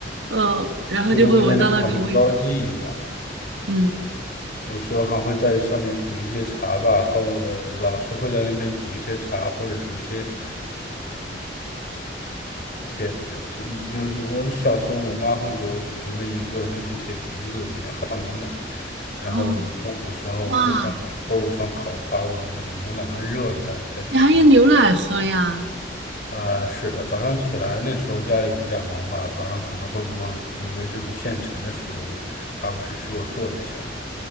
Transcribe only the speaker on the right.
呃，然后就会闻到那个味道。
嗯，
哦，哇，
你还有牛奶喝呀？